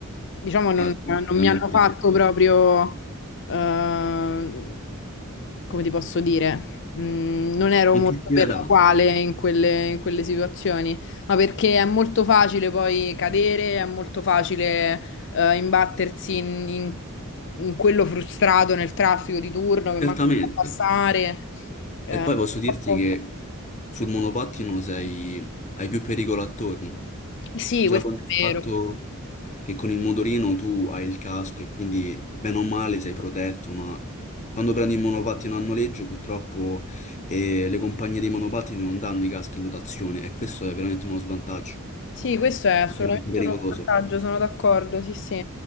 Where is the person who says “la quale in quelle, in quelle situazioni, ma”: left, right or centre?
Left